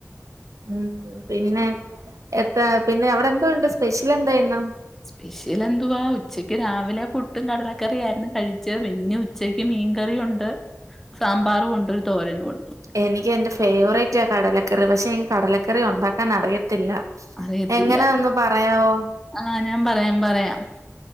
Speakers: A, on the right; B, in the centre.
A: ഉം പിന്നെ എത്ര പിന്നെ അവിടെ എന്തോ ഉണ്ട് സ്പെഷ്യൽ എന്താ ഇന്ന്
B: സ്പെഷ്യൽ എന്തുവാ ഉച്ചക്ക് രാവിലെ പുട്ടും കടലക്കറി ആയിരുന്നു കഴിച്ച് പിന്നെ ഉ ഉച്ചക്ക് മീൻകറി ഉണ്ട് സാമ്പാറും ഉണ്ട് ഒരു തോരനും ഉണ്ട്
A: എനിക്ക് എന്റെ ഫേവറേറ്റാ കടലക്കറി പക്ഷെ എനിക്ക് കടലക്കറി ഉണ്ടാക്കാൻ അറിയത്തില്ല ത്തില്ല
B: അറിയത്തില്ല.
A: എങ്ങനാ ഒന്ന് പറയാവോ
B: ആ ഞാൻ പറയാം പറയാം